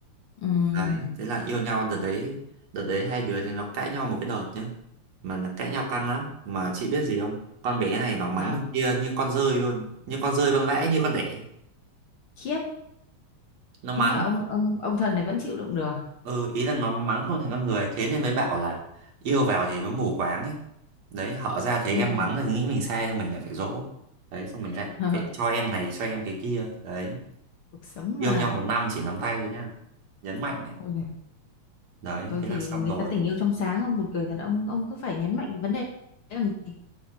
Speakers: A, on the left; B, on the right.
A: Ừm,
B: đấy thế là yêu nhau đợt đấy đợt đấy hai đứa thì nó cãi nhau một cái đợt nhá mà nó cãi nhau căng lắm mà chị biết gì không con bé này nó mắng
A: nào
B: thằng kia như con dơi luôn như con dơi con vẽ như con đẻ
A: khiếp
B: nó mắng
A: thế mà ông ông ông thần này vẫn chịu đựng được à?
B: ừ ý là nó mắng không thành con người thế nên mới bảo là yêu vào thì nó mù quáng ấy đấy hở ra thấy
A: Ừm,
B: em mắng là nghĩ mình sai xong mình lại phải dỗ đấy xong mình lại
A: <laughs>
B: phải cho em này cho em cái kia đấy
A: cuộc sống
B: yêu
A: mà
B: nhau một năm chỉ nắm tay thôi nhá nhấn mạnh đấy
A: Ôi, giời,
B: đấy
A: tôi
B: thế
A: thì
B: là xong
A: người
B: rồi
A: ta tình yêu trong sáng ông buồn cười thật ông ông cứ phải nhấn mạnh cái vấn đề đấy làm gì